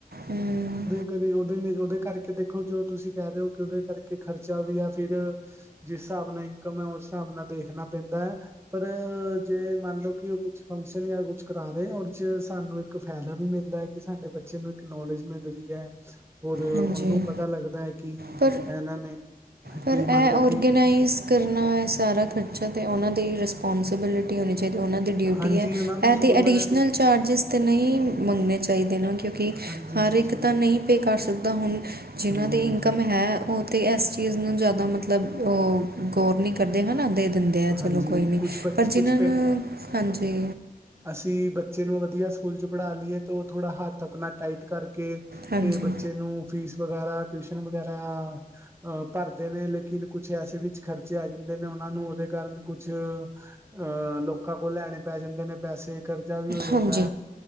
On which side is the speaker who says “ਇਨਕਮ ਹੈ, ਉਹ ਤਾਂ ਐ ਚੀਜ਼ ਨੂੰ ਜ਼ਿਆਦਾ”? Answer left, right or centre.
Right